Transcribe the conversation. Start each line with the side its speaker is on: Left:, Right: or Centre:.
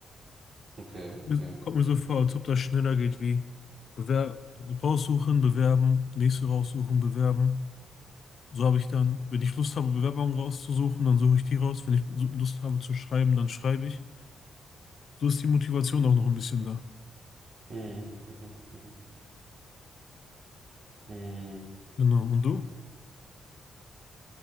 Right: Okay, okay.
Left: Mir- Kommt mir so vor, als ob das schneller geht wie Bewer raussuchen, bewerben, nächste raussuchen, bewerben. So habe ich dann, wenn ich Lust habe, Bewerbungen rauszusuchen, dann suche ich die raus. Wenn ich so Lust habe zu schreiben, dann schreibe ich. So ist die Motivation auch noch ein bisschen da.
Right: Mhm, mhm, mhm. Mhm.
Left: Genau. Und du?